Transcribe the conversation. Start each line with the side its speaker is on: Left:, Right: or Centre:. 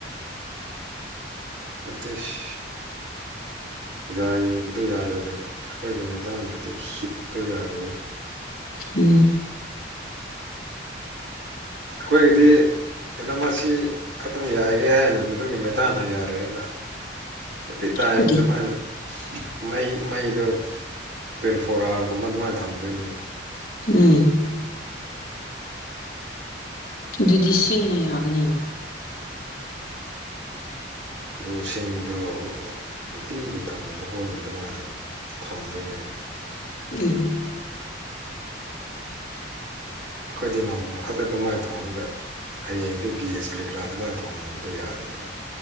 Right: ꯑꯟꯇꯤꯁ ꯌꯥꯏꯕꯗꯨ ꯌꯥꯔꯣꯏꯗꯕ ꯑꯩꯈꯣꯏꯗꯤ ꯃꯩꯇꯥꯟꯗꯗꯤ ꯍꯤꯠꯇꯣ ꯌꯥꯔꯣꯏ
Left: ꯎꯝ
Right: ꯑꯩꯈꯣꯏꯒꯤꯗꯤ ꯀꯗ‌ꯣ ꯃꯁꯤ ꯈꯛꯇꯪ ꯌꯥꯏꯌ‌ꯦ ꯍꯥꯏꯅ ꯃꯗꯨꯒꯤ ꯃꯩꯇꯥꯟꯅ ꯌꯥꯔꯦ ꯍꯥꯏꯅ <unintelligible> ꯇꯥꯏꯝꯗ‌ꯣ
Left: ꯀꯗꯤ
Right: ꯃꯥꯅ ꯃꯩ ꯃꯩꯗꯣ ꯇ꯭ꯋꯦꯟꯇꯤ ꯐꯣꯔ ꯑꯋꯥꯔꯒꯨꯝꯕ ꯑꯗꯨꯃꯥꯏꯅ ꯊꯝꯗꯣꯏꯅꯦꯕ
Left: ꯎꯝ ꯑꯗꯨꯗꯤ ꯁꯤꯡꯅ ꯌꯥꯒꯅꯤꯅ
Right: ꯑꯗꯨ ꯁꯤꯡꯗꯣ ꯅꯨꯡꯇꯤꯒꯤ ꯊ‌ꯣꯡꯕꯒꯤ ꯑꯣꯏꯅ ꯑꯗꯨꯃꯥꯏꯅ ꯊꯝꯗ‌ꯣꯏꯅꯦꯕ
Left: ꯎꯝ
Right: ꯑꯩꯈꯣꯏꯗꯤ ꯅꯣꯡꯃ ꯈꯛꯇ ꯑꯗꯨꯃꯥꯏꯅ ꯊꯣꯡꯔꯒ ꯍꯌꯦꯡꯗꯤ ꯒꯦꯁ ꯀꯔꯤ ꯀꯔꯥ ꯑꯗꯨꯃꯥꯏꯅ ꯊꯣꯡꯕꯗꯣ ꯌꯥꯗꯦꯕ